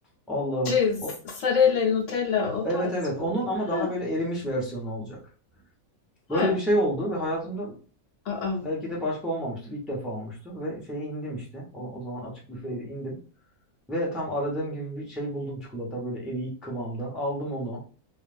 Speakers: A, in the centre; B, on the left (about 65°).
A: Allah'ım.
B: Şey,
A: O,
B: Sarella, Nutella o
A: evet
B: tarz
A: evet
B: mı?
A: onun ama
B: Ha,
A: daha böyle erimiş versiyonu olacak.
B: ha.
A: Böyle bir şey oldu ve hayatımda
B: Aa,
A: Belki de başka olmamıştır. İlk defa olmuştu ve şeye indim işte. O, o zaman açık büfeydi indim. Ve tam aradığım gibi bir şey buldum çikolata böyle eriyik kıvamda. Aldım onu.